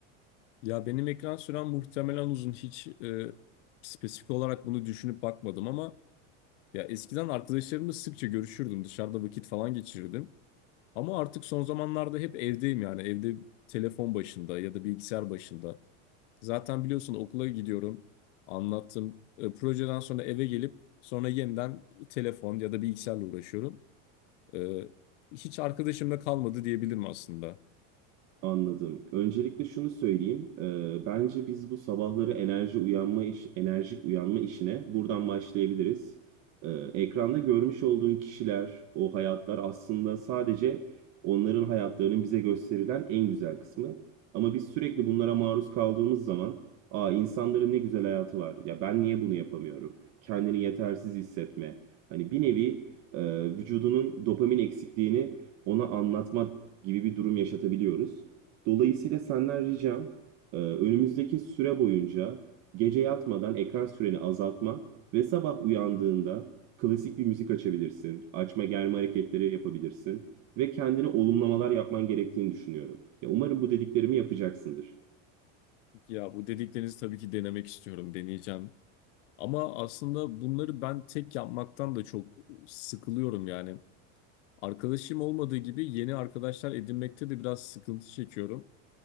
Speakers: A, on the left (about 75°); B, on the right (about 45°).
A: Ya benim ekran sürem muhtemelen uzun. Hiç e, spesifik olarak bunu düşünüp bakmadım ama ya eskiden arkadaşlarımla sıkça görüşürdüm. Dışarıda vakit falan geçirirdim. Ama artık son zamanlarda hep evdeyim yani. Evde telefon başında ya da bilgisayar başında. Zaten biliyorsun okula gidiyorum. Anlattım. E, projeden sonra eve gelip sonra yeniden telefon ya da bilgisayarla uğraşıyorum. Ee, hiç arkadaşımda kalmadı diyebilirim aslında.
B: Anladım. Öncelikle şunu söyleyeyim. Ee, bence biz bu sabahları enerji uyanma iş, enerjik uyanma işine buradan başlayabiliriz. Ee, ekranda görmüş olduğun kişiler, o hayatlar aslında sadece onların hayatlarının bize gösterilen en güzel kısmı. Ama biz sürekli bunlara maruz kaldığımız zaman, aa insanların ne güzel hayatı var. Ya ben niye bunu yapamıyorum? Kendini yetersiz hissetme. Hani bir nevi e, vücudunun dopamin eksikliğini ona anlatma gibi bir durum yaşatabiliyoruz. Dolayısıyla senden ricam e, önümüzdeki süre boyunca gece yatmadan ekran süreni azaltman ve sabah uyandığında klasik bir müzik açabilirsin, açma germe hareketleri yapabilirsin ve kendine olumlamalar yapman gerektiğini düşünüyorum. Ya umarım bu dediklerimi yapacaksındır.
A: Ya bu dediklerinizi tabii ki denemek istiyorum, deneyeceğim. Ama aslında bunları ben tek yapmaktan da çok sıkılıyorum yani. Arkadaşım olmadığı gibi yeni arkadaşlar edinmekte de biraz sıkıntı çekiyorum.